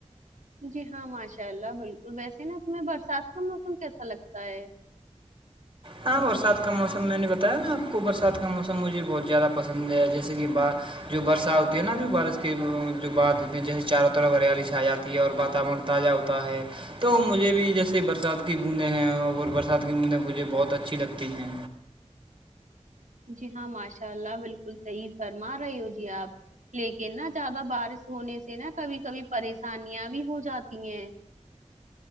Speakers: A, on the right; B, on the right.
A: جی ہاں ماشاء اللہ بلکل ویسے نا اس میں برسات کا موسم کیسا لگتا ہے
B: ہاں برسات کا موسم میں نے بتایا نا آپ کو برسات کا موسم مجھے بہت زیادہ پسند ہے جیسے کہ با جو برسات ہوتی ہے نا ابھی بارش کے جو بات ہوتی جیسے چاروں طرف ہریالی چھا جاتی ہے اور واتاورن تازہ ہوتا ہے تو مجھے بھی جیسے برسات کی بوندیں ہیں اور برسات کی بوندیں مجھے بہت بہت اچھی لگتی ہیں
A: جی ہاں ماشاء اللہ بلکل صحی فرما رہے ہو جی آپ لیکن نا زیادہ بارش ہونے سے نا کبھی کبھی پریشانیاں بھی ہو جاتی ہیں